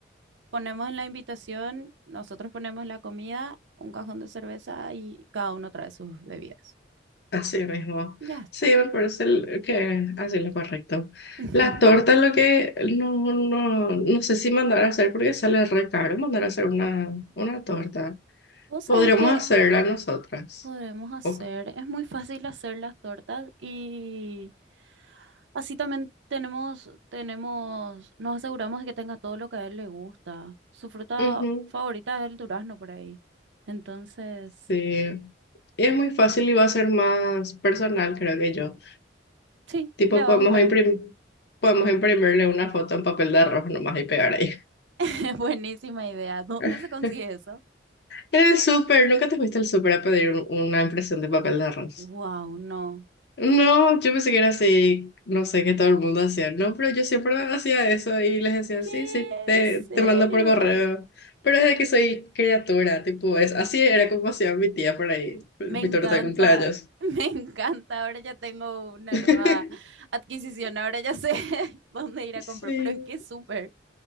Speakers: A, on the right (about 75°); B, on the left (about 60°).
A: ponemos en la invitación, nosotros ponemos la comida, un cajón de cerveza y cada uno trae sus bebidas.
B: Así mismo.
A: Ya está.
B: Sí, me parece el- que así es lo correcto.
A: <laughs>
B: La torta es lo que no, no, no sé si mandar a hacer porque sale re caro mandar a hacer una, una torta.
A: Vos sabés
B: Podríamos
A: que
B: hacerla nosotras.
A: podremos hacer?
B: Ok.
A: Es muy fácil hacer las tortas y así también tenemos, tenemos, nos aseguramos de que tenga todo lo que a él le gusta. Su fruta
B: Ujú,
A: favorita es el durazno por ahí. Entonces,
B: sí. Y es muy fácil y va a ser más personal, creo que yo.
A: sí,
B: Tipo,
A: le va
B: podemos
A: a gustar.
B: imprim- podemos imprimirle una foto en papel de arroz nomás y pegar ahí.
A: <laughs> Buenísima idea. ¿Dónde
B: <laughs>
A: se consigue eso?
B: En el súper, ¿nunca te fuiste al súper a pedir un- una impresión de papel de arroz?
A: Wow, no.
B: No, yo pensé que era así, no sé, que todo el mundo hacía, no, pero yo siempre hacía eso y les decía,
A: ¿Qué?
B: sí, sí, te,
A: ¿En serio?
B: te mando por correo, pero desde que soy criatura, tipo, es, así era como hacía mi tía por ahí, mi
A: Me encanta,
B: torta de cumpleaños.
A: <laughs> me encanta. Ahora ya tengo una
B: <laughs>
A: nueva adquisición. Ahora ya sé <laughs> dónde ir a
B: Sí,
A: comprar, pero ¿en qué súper?